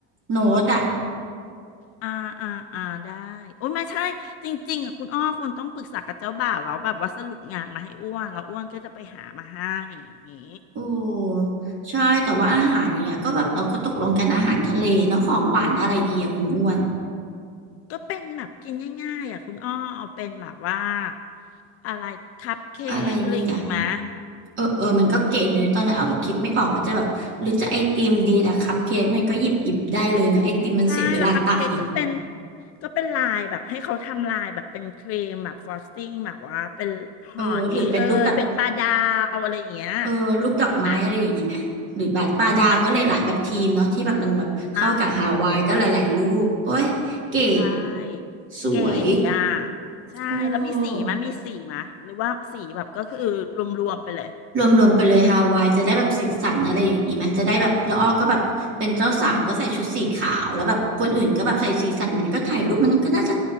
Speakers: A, on the right; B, on the left.
A: โน้ตอะ
B: อ่าอ่าอ่าได้โอ้ยไม่ใช่จริงๆอ่ะคุณอ้อควรต้องปรึกษากับเจ้าบ่าวแล้วแบบว่าสรุปงานมาให้อ้วนแล้วอ้วนก็จะไปหามาให้อย่างงี้
A: โอ้ใช่แต่ว่าอาหารอย่างเงี้ยก็แบบเราก็ตกลงกันอาหารทะเลเนาะของหวานอะไรดีอะคุณอ้วน
B: ก็เป็นแบบกินง่ายๆอ่ะคุณอ้อเอาเป็นแบบว่าอะไรคัพเค้กอะไรอย่างงี้มะ
A: อะไรดีอะเออเออมันก็เก๋อยู่ในะตอนแรกเอาแบบคิดไม่ออกว่าจะแบบหรือจะไอติมดีแต่คัพเค้กมันก็หยิบหยิบได้เลยเนาะไอติมมันเสียเวลาตักอีก
B: ใช่แล้วคัพเค้กก็เป็นก็เป็นลายแบบให้เขาทำลายแบบเป็นครีมแบบฟรอสติ้งแบบว่าเป็นหอยเอยเป็นปลาดาวอะไรอย่างเงี้ย
A: เออหรือเป็นรูปแบบ เออรูปดอกไม้อะไรอย่างนี้ไหมหรือแบาสปลาดาวก็หลายๆแบบทีมเนาะที่แบบมันแบบเข้ากับฮาวายก็หลายๆรูปโอ้ยเก๋
B: ดีไหมะอ่ะอ่า ใช่
A: สวย
B: เก๋อ่ะใช่แล้วมีสีมะมีสีมะหรือว่าสีแบบก็คือรวมๆไปเลย
A: โอ้รวมๆไปเลยฮาวายจะได้แบบสีสันอะไรอย่างนี้ไหมจะได้แบบละอ้อก็แบบเป็นเจ้าสาวก็ใส่ชุดสีขาวแล้วแบบคนอื่นก็แบบใส่สีสันมันก็ถ่ายรูปมันก็น่าจะ